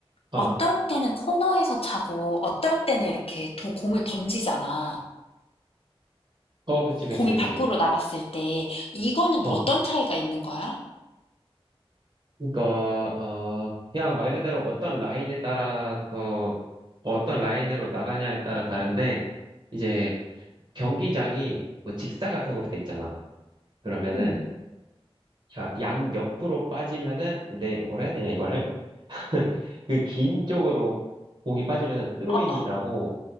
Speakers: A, on the right; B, on the left.
A: 아,
B: 어떨 때는 코너에서 차고 어떨 때는 이렇게 도 공을 던지잖아.
A: 어, 그치, 그치,
B: 공이
A: 그치.
B: 밖으로 나갔을 때 이거는
A: 어.
B: 뭐 어떤 차이가 있는 거야?
A: 그러니까 어 그냥 말 그대로 어떤 라인에 따라서 어떤 라인으로 나가냐에 따라 다른데 이제 경기장이 뭐 직사각형으로 돼 있잖아. 그러면은
B: 음.
A: 야- 양 옆으로 빠지면은 내 뭐라 해야 되냐 이거를 <laughs> 그 긴 쪽으로 공이 빠지면은 스로인이라고
B: 어어.